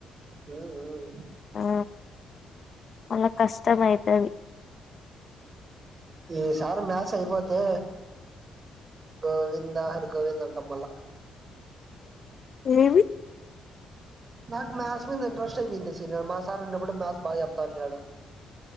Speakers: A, on the right; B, on the left.
A: ఊ ఊ
B: ఆ మల్లా కష్టం అయితది.
A: ఈసారి మ్యాస్ అయిపోతే గోవింద హరిగోవింద అంటాం మళ్ళా
B: ఏమీ
A: నాకు మ్యాథ్స్ మీంద ఇంట్రెస్టే పోయింది అసలు మా సారు ఉన్నప్పుడే మ్యాథ్స్ బాగా చెప్తాన్నాడు.